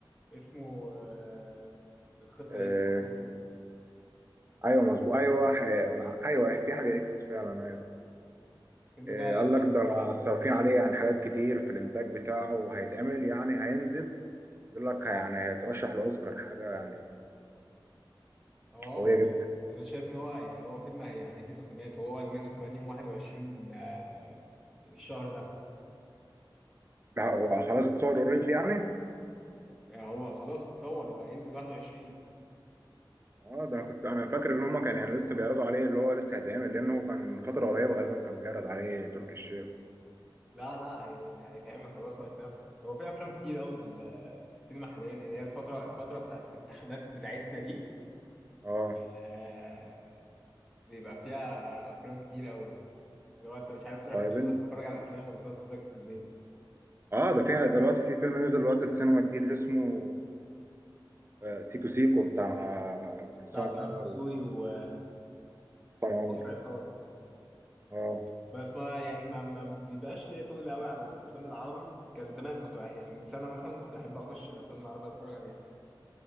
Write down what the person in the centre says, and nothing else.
اسمه آه، الخطه
اكس حاجه كده
الفيلم
ده يعني
كان
جامد
قوي
اه
انا شايف ان هو يعني هو فيلم هي- هيدي تقييمات وهو نازل كمان يوم 21 آه، الشهر ده
آه، هو خلاص اتصور هو هينزل 21
لا لا هي- هيتعمل خلاص وهيتنفس هو في افلام كتير قوي في ال- في السينما حاليا يعني هي الفتره الفتره بتاعت الامتحانات بتاعتنا دي
آه، بيبقى فيها افلام كتير قوي لو انت مش عارف تروح
السينما
تتفرج على افلام ولا تقعد تذاكر في البيت
بتاع طه
دسوقي
و
عمرو عصام
بس ما يعني ما ما بيبقاش ليا تقول قوي على الافلام العربي كان زمان كنت يعني من سنه مثلا كنت احب اخش الافلام العربيه اتفرج عليها